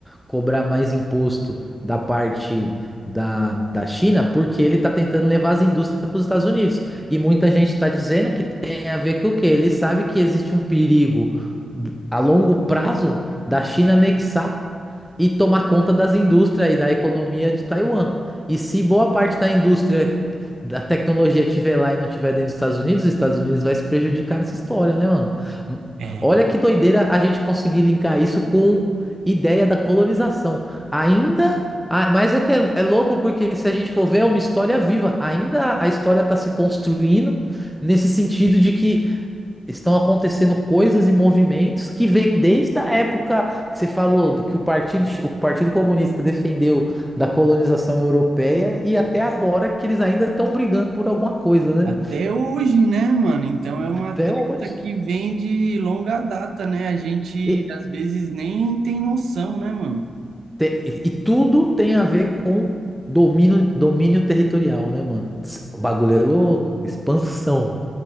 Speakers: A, in the centre; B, on the right (about 80°).
A: cobrar mais imposto da parte da, da China, porque ele está tentando levar as indústrias para os Estados Unidos. E muita gente está dizendo que tem a ver com o quê? Ele sabe que existe um perigo a longo prazo da China anexar e tomar conta das indústrias e da economia de Taiwan. E se boa parte da indústria da tecnologia estiver lá e não estiver dentro dos Estados Unidos, os Estados Unidos vai se prejudicar nessa história, né, mano?
B: É.
A: Olha que doideira a gente conseguir linkar isso com ideia da colonização. Ainda. ah, mas é que é, é louco porque se a gente for ver, é uma história viva. Ainda a história está se construindo nesse sentido de que estão acontecendo coisas e movimentos que vêm desde a época que você falou do que o Partido, o Partido Comunista defendeu da colonização europeia e até agora que eles ainda estão brigando por alguma coisa, né?
B: Até hoje, né, mano? Então é uma
A: Até
B: treta
A: hoje.
B: que vem de longa data, né? A gente
A: E-
B: às vezes nem tem noção, né, mano?
A: Te- E e tudo tem a ver com domínio, domínio territorial, né, mano? Tss, O bagulho é louco, expansão.